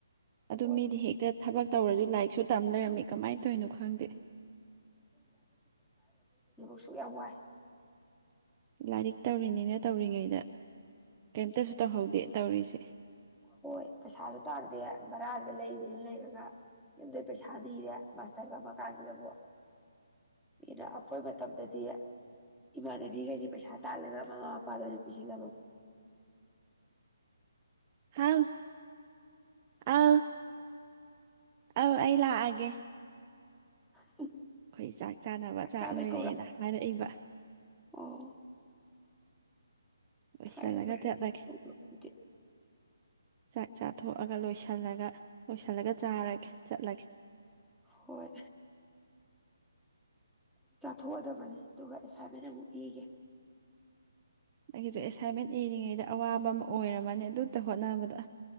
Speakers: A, on the right; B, in the centre.
A: ꯑꯗꯨ
B: ꯍꯣꯏ
A: ꯃꯤꯗꯤ ꯍꯦꯒ ꯊꯕꯛ ꯇꯧꯔꯁꯨ ꯂꯥꯏꯔꯤꯛꯁꯨ ꯇꯝ ꯂꯩꯔꯝꯃꯤ ꯀꯃꯥꯏꯅ ꯇꯧꯔꯤꯅꯣ ꯈꯪꯗꯦ
B: ꯑꯁꯨꯛ ꯌꯥꯝ ꯋꯥꯏ
A: ꯂꯥꯏꯔꯤꯛ ꯇꯧꯔꯤꯅꯤꯅ ꯇꯧꯔꯤꯉꯩꯗ ꯀꯩꯝꯇꯁꯨ ꯇꯧꯍꯧꯗꯦ ꯇꯧꯔꯤꯁꯦ
B: ꯍꯣꯏ ꯄꯩꯁꯥꯗ ꯎ ꯇꯥꯔꯗ ꯃꯔꯔꯥ ꯂꯩꯔꯅ ꯂꯩꯔꯒ ꯌꯨꯝꯗꯩ ꯄꯩꯁꯥ ꯅꯤꯔꯦ ꯃꯥꯁꯇꯔ ꯇꯝꯃꯀꯥꯟꯁꯤꯗꯕꯨ ꯃꯤꯅ ꯑꯩꯈꯣꯏ ꯃꯇꯝꯗꯗꯤ ꯏꯃꯥꯗꯕꯤꯈꯁꯦ ꯄꯩꯁꯥ ꯇꯂꯒ ꯃꯃ ꯄꯥꯗꯅ ꯄꯁꯤꯂꯕꯗ
A: ꯍꯥꯎ ꯑ ꯑꯧ ꯑꯩ ꯂꯥꯛꯑꯒꯦ
B: <unintelligible>
A: ꯈꯣꯏ ꯆꯥꯛ ꯆꯥꯅꯕ ꯆꯥꯛ
B: ꯆꯥꯕꯩ
A: ꯂꯣꯏꯔꯦꯅ
B: ꯀꯧꯔꯛ
A: ꯍꯥꯏꯔꯛꯏꯕ
B: ꯑꯣ
A: ꯂꯣꯏꯁꯜꯂꯒ
B: ꯐꯔꯦ ꯐꯔꯦ
A: ꯆꯠꯂꯒꯦ
B: ꯑꯗꯨꯗꯤ
A: ꯆꯥꯛ ꯆꯥꯊꯣꯛꯑꯒ ꯂꯣꯏꯁꯜꯂꯒ ꯂꯣꯏꯁꯤꯜꯂꯒ ꯆꯥꯔꯒꯦ ꯆꯠꯂꯒꯦ
B: ꯍꯣꯏ ꯊꯣꯛꯑꯗꯕꯅꯤ ꯑꯗꯨꯒ ꯑꯦꯁꯥꯏꯟꯃꯦꯟ ꯑꯃꯨꯛ ꯏꯒꯦ
A: ꯑꯩꯒꯤꯁꯨ ꯑꯦꯁꯥꯏꯟꯃꯦꯟ ꯏꯔꯤꯉꯩꯗ ꯑꯋꯥꯕ ꯑꯃ ꯑꯣꯏꯔꯝꯕꯅꯦ ꯑꯗꯨꯇ ꯍꯣꯠꯅꯕꯗ